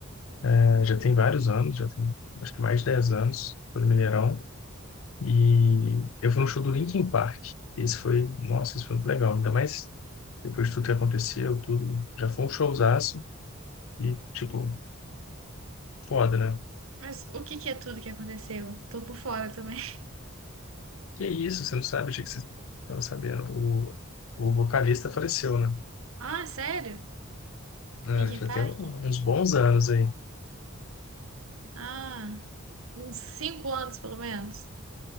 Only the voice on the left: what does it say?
É, já tem vários anos, já tem acho que mais de 10 anos, foi no Mineirão, e eu fui no show do Linkin Park, esse foi, nossa, esse foi muito legal, ainda mais depois de tudo que aconteceu, tudo, já foi um showzaço, e tipo, foda, né?
Que é isso, você não sabe? Achei que você eu não O, o vocalista faleceu, né?
É,
já
tem um- uns bons anos aí,